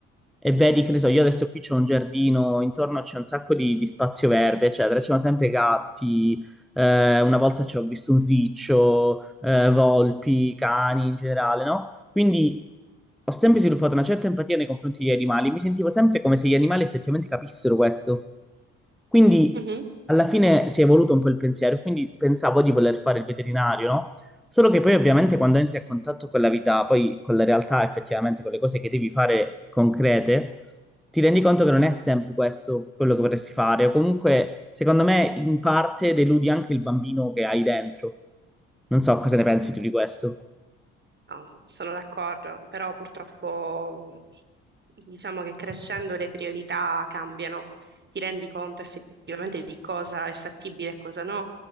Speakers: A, in the centre; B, on the right (about 35°).
A: e vedi, che ne so, io adesso qui c'ho un giardino, intorno c'è un sacco di, di spazio verde, eccetera, ci sono sempre gatti, eh, una volta ci ho visto un riccio, eh, volpi, cani in generale, no? Quindi ho sempre sviluppato una certa empatia nei confronti degli animali, mi sentivo sempre come se gli animali effettivamente capissero questo. Quindi
B: mhm.
A: alla fine si è evoluto un po' il pensiero, quindi pensavo di voler fare il veterinario, no? Solo che poi ovviamente quando entri a contatto con la vita, poi con la realtà, effettivamente con le cose che devi fare concrete, ti rendi conto che non è sempre questo quello che vorresti fare, o comunque, secondo me, in parte deludi anche il bambino che hai dentro. Non so cosa ne pensi tu di questo.
B: No, sono d'accordo, però purtroppo diciamo che crescendo le priorità cambiano, ti rendi conto effettivamente di cosa è fattibile e cosa no.